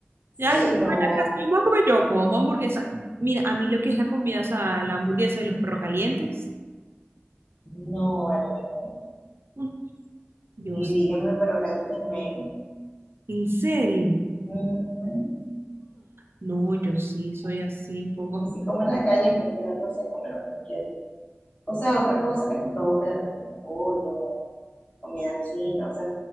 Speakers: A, on the left; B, on the right.
A: sí,
B: Ya, yo voy
A: no,
B: a la casa vamos a comer, yo como hamburguesa. Mira, a mí lo que es la comida, o sea, la hamburguesa y los perros calientes,
A: no, vale, yo no.
B: mm, Dios,
A: Y díganme, pero caliente menos.
B: ¿en serio?
A: Mm,
B: No, yo sí, soy así un poco.
A: Y si como en la calle, prefiero, no sé, comer cualquier O sea, otra cosa que me provoque de repente pollo, comida china, o sea,